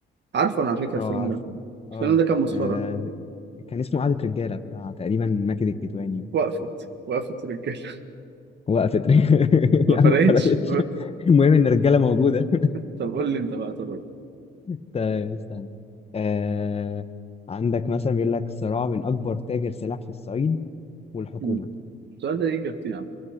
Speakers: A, on the right; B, on the left.
A: عارفه انا على فكره
B: اه
A: الفيلم
B: عارفه
A: ده
B: اه
A: الفيلم ده كان مسخره
B: ده كان اسمه قعدة رجالة بتاع تقريبا ماكد الكدواني والناس
A: وقفت
B: دي
A: وقفت رجاله
B: وقفت <laughs>
A: <laughs> ما
B: يا
A: فرقتش
B: عم ما فرقتش المهم ان الرجالة موجودة
A: <laughs> طب قول لي انت بقى طب
B: <laughs> طيب استنى آه... عندك مثلا بيقول لك صراع بين اكبر تاجر سلاح في الصعيد والحكومة
A: مم. السؤال ده ليه اجابتين عم